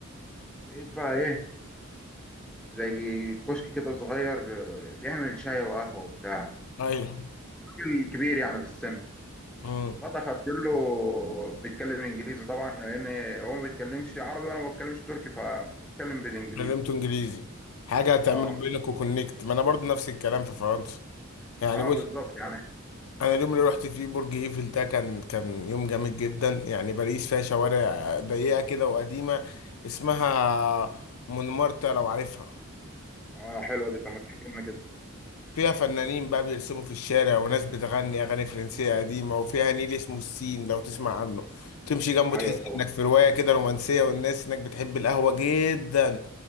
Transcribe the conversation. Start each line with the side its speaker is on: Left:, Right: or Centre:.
Centre: لقيت بقى ايه زي كشك كده صغير ب- بيعمل شاي وقهوة وبتاع
Left: ايوه
Centre: راجل كبير يعني في السن
Left: امم
Centre: فدخلت له بيتكلم انجليزي طبعا لان هو ما بيتكلمش عربي وانا ما بتكلمش تركي فبيتكلم بالانجليزي
Left: اتكلمت انجليزي حاجه هتعمل
Centre: اه
Left: بينك وكونكت ما انا برضو نفس الكلام في فرنسا يعني
Centre: اه
Left: بص
Centre: بالظبط يعني
Left: انا اليوم اللي رحت فيه برج ايفل ده كان كان يوم جامد جدا يعني باريس فيها شوارع ضيقه كده وقديمه اسمها مونمارتر لو عارفها
Centre: اه حلوه دي طب ما تحكي لنا كده
Left: فيها فنانين بقى بيرسموا في الشارع وناس بتغني أغاني فرنسية قديمة وفيها نيل اسمه السين لو تسمع عنه تمشي جنبه
Centre: ايوه
Left: تحس
Centre: طبعا
Left: إنك في رواية كده رومانسية والناس هناك بتحب القهوة جدا